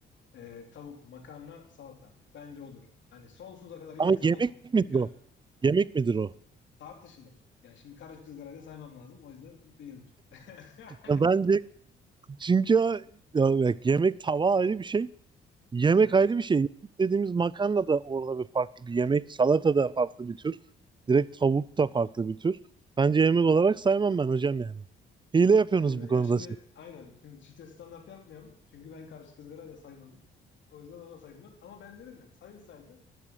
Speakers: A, on the left (about 70°); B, on the right (about 25°).
A: e, tavuk, makarna, salata. Bence odur. Hani sonsuza kadar yiyeceksen
B: Ama yemek
A: odur.
B: midir
A: Çünkü hani
B: o? Yemek midir o?
A: tartışılır. Yani şimdi karışık ızgarayı da saymam lazım. O yüzden değildir. <laughs>
B: Ya Bence çünkü ya bak, yemek tava ayrı bir şey. Yemek
A: Evet.
B: ayrı bir şey. Yemek dediğimiz makarna da orada bir farklı bir yemek. Salata da farklı bir tür. Direkt tavuk da farklı bir tür. Bence yemek olarak saymam ben hocam yani. Hile yapıyorsunuz
A: Bence de.
B: bu konuda
A: Ya şimdi
B: siz.
A: aynen. Şimdi çifte standart yapmayalım. Çünkü ben karışık ızgarayı da saymadım. O yüzden o da sayılmaz. Ama ben dedim yani sayılsaydı